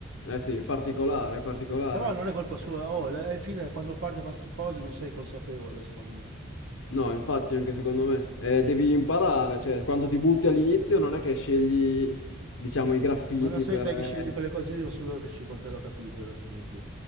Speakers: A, on the left; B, on the right.
A: Eh sì, particolare, particolare.
B: Però non è colpa sua, oh, alla fine quando parte fa sti cose non sei consapevole, secondo me.
A: No, infatti anche secondo me. Eh, devi imparare, cioè quando ti butti all'inizio non è che scegli, diciamo, i graffiti
B: Non, non sei
A: per...
B: te
A: eh,
B: che scegli quelle cose lì, ma sono loro che scelgono te, l'ho capito alla fine, sì.